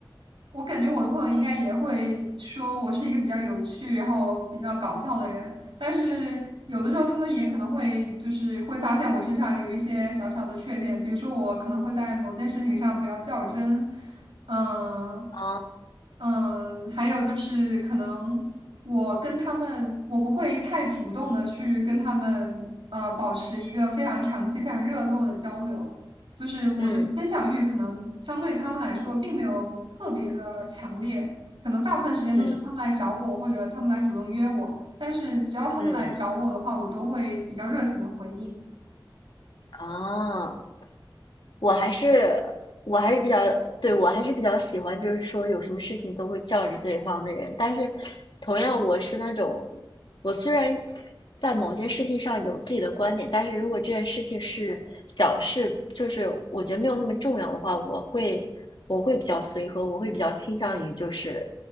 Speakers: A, on the right (about 80°); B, on the left (about 65°).
A: 我感觉我的朋友应该也会说我是一个比较有趣，然后比较搞笑的人，但是有的时候他们也可能会就是会发现我身上有一些小小的缺点，比如说我可能会在某件事情上比较较真，嗯
B: 啊，
A: 嗯，还有就是可能我跟他们，我不会太主动的去跟他们呃保持一个非常长期、非常热络的交流。就是我的分享欲可能相对他们来说并没有特别的强烈，
B: 嗯
A: 可能大部分时间都是他们来找我或者他们来主动约我，
B: 嗯
A: 但是只要他们来找我的话，
B: 嗯，
A: 我都会比较热情的回应。
B: 啊。我还是我还是比较，对，我还是比较喜欢，就是说有什么事情都会叫着对方的人。但是，同样我是那种，我虽然在某件事情上有自己的观点，但是如果这件事情是小事，就是我觉得没有那么重要的话，我会我会比较随和，我会比较倾向于就是